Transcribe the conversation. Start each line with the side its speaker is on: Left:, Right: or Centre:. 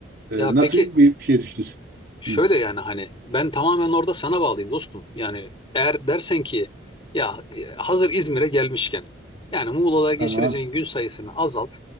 Right: Ee,
Left: Ya
Right: nasıl
Left: peki
Right: bir şey düşünüyorsun?
Left: Şöyle
Right: Hı,
Left: yani hani ben tamamen orada sana bağlıyım dostum. Yani eğer dersen ki ya e, hazır İzmir'e gelmişken yani Muğla'da geçireceğin
Right: tamam.
Left: gün sayısını azalt.